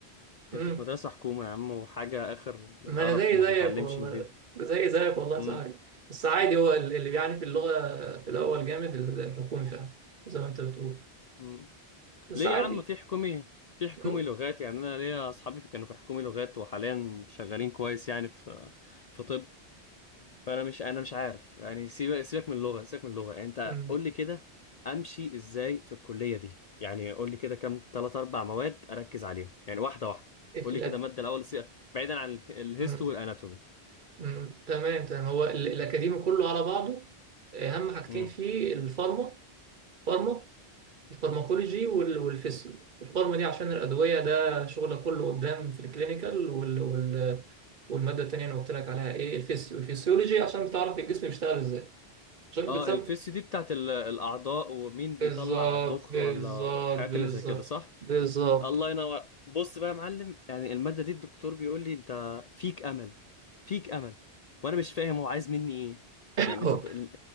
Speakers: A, on the left; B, on the right.
A: كنت
B: امم
A: في مدرسة حكومة يا عم وحاجة اخر
B: ما
A: قرف
B: انا زي
A: وما
B: زيك
A: بتتعلمش
B: والله
A: انجليزي
B: زي زيك والله يا
A: مم.
B: صاحبي بس عادي هو ال- اللي بيعاني في اللغه في الاول جامد الحكومي فعلا زي ما انت بتقول
A: مم.
B: بس
A: ليه
B: عادي
A: يا عم في حكومي في حكومي
B: مم.
A: لغات يعني انا ليا اصحابي في- كانوا في حكومي لغات وحاليا شغالين كويس يعني في في طب فانا مش انا مش عارف يعني سيبك سيبك من اللغه سيبك من اللغه يعني انت
B: مم.
A: قول لي كده امشي ازاي في الكليه دي يعني قول لي كده كام ثلاث اربع مواد اركز عليهم يعني واحده واحده
B: إيه
A: قول
B: في
A: لي
B: الأك...
A: كده ماده الاول سي- بعيدا عن ال- الهيستو
B: مم.
A: والاناتومي
B: مم. تمام تمام هو ال- الاكاديمي كله على بعضه اهم حاجتين
A: امم
B: فيه الفارما فارما الفارماكولوجي وال- والفيسيو الفارم دي عشان الأدوية ده شغل كله قدام في الكلينيكال وال... وال... والمادة التانية أنا قلت لك عليها إيه الفيسيو الفيسيولوجي عشان بتعرف الجسم بيشتغل إزاي عشان
A: اه
B: بتسمي
A: الفيس دي بتاعت ال- الاعضاء ومين بيطلع
B: بالظبط
A: ضخ
B: بالظبط
A: ولا الحاجات
B: بالظبط
A: اللي زي كده صح
B: بالظبط
A: الله ينور بص بقى يا معلم يعني المادة دي الدكتور بيقول لي انت فيك امل فيك امل وانا مش فاهم هو عايز مني ايه
B: أهو.
A: يعني طب الم...